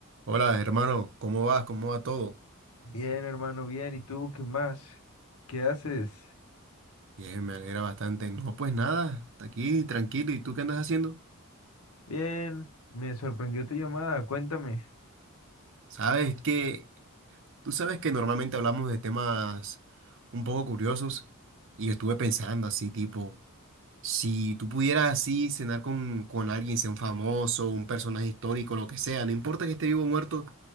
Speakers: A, on the right (about 60°); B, on the left (about 85°).
A: Hola, hermano, ¿cómo vas? ¿Cómo va todo?
B: Bien, hermano, bien. ¿Y tú qué más? ¿Qué haces?
A: Y eh, me alegra bastante. No, pues nada, hasta aquí tranquilo. ¿Y tú qué andas haciendo?
B: Bien, me sorprendió tu llamada, cuéntame.
A: Sabes que, tú sabes que normalmente hablamos de temas un poco curiosos y yo estuve pensando así, tipo, si tú pudieras así cenar con, con alguien, sea un famoso, un personaje histórico, lo que sea, no importa que esté vivo o muerto,